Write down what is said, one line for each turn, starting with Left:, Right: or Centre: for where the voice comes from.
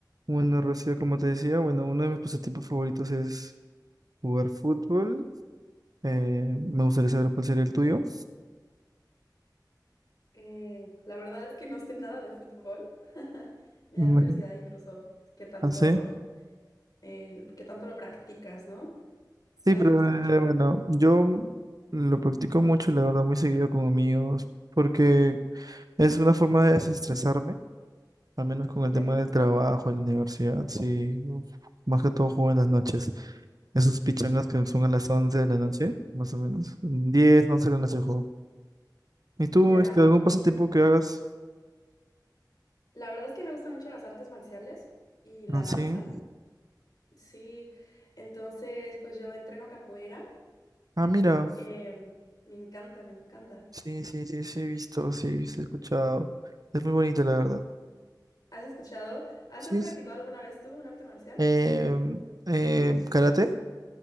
Right: Bueno, Rocío, como te decía, bueno, uno de mis pasatiempos favoritos es jugar fútbol. Eh, me gustaría saber cuál sería el tuyo.
Left: Eh, la verdad es que no sé nada de fútbol. <laughs> Me
Right: Mm,
Left: da curiosidad
Right: <laughs>
Left: incluso qué tanto,
Right: No sé.
Left: eh, qué tanto lo practicas, ¿no?
Right: Sí,
Left: A
Right: pero
Left: mí me gusta
Right: eh,
Left: mucho lo-
Right: bueno, yo lo practico mucho, la verdad, muy seguido con amigos, porque es una forma de desestresarme, al menos con
Left: Ok,
Right: el tema del trabajo, en la universidad, sí. uf, Más que todo juego en las noches. Esos pichangas que son a las 11 de la noche, más o menos. diez 11 de la noche juego. ¿Y tú,
Left: ya.
Right: este, algún pasatiempo que hagas?
Left: La verdad es que me gustan mucho las artes marciales y
Right: Ah,
Left: la danza.
Right: Sí.
Left: Sí, entonces pues yo entreno capoeira.
Right: Ah, mira.
Left: Em, me encanta, me encanta.
Right: Sí, sí, sí, sí, he visto, sí, sí, he escuchado. Es muy bonito, la verdad.
Left: ¿Has escuchado? ¿Has
Right: Sí,
Left: practicado
Right: sí.
Left: alguna vez tú un arte marcial?
Right: Em, em, karate.